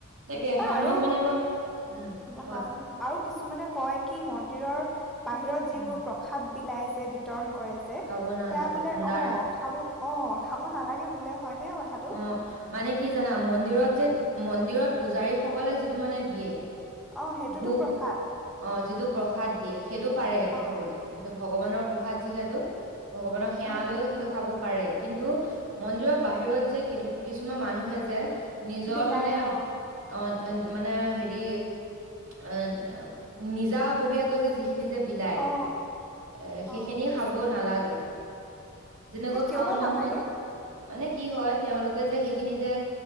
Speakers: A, on the right; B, in the centre.
A: তাকে
B: অ
A: শাওণ
B: আৰু
A: মাহ মানে মই। উম কোৱা?
B: শাওন আৰু কিছুমানে কয় কি মন্দিৰৰ বাহিৰত যিবোৰ
A: উম
B: প্ৰসাদ বি ওলাই যে বিতৰণ কৰে যে সেয়া
A: খাব নালাগে
B: বোলে
A: ভাণ্ডাৰা
B: অ খাব অ খাব নালাগে বোলে। হয়নে কথাটো?
A: অ মানে কি জানা? মন্দিৰত যে মন্দিৰত পূজাৰী সকলে যিটো মানে দিয়ে
B: অ সেইটোতো
A: ভোগ
B: প্ৰসাদ
A: অ যিটো প্ৰসাদ দিয়ে। সেইটো পাৰে
B: অ
A: খাবলে। সেইটো ভগৱানৰ প্ৰসাদ যিহেতু। ভগৱানৰ সেৱা
B: হয়
A: লৈও সেইটো খাব পাৰে কিন্তু মন্দিৰৰ বাহিৰত যে কিটু - কিছুমান মানুহে যে নিজৰ
B: বিলাই
A: মানে
B: অ
A: অঁ মানে হেৰি অঁ নিজাববীয়াকৈ যে যি খিনি যে বিলায়
B: অ
A: এ সেইখিনি
B: অ বুজিছো
A: খাব নালাগে। যেনেকৈ
B: এ কিয়
A: শাওণ
B: বা
A: মাহত
B: নালাগে
A: মানে কি হয় তেওঁলোকে যে সেইখিনি যে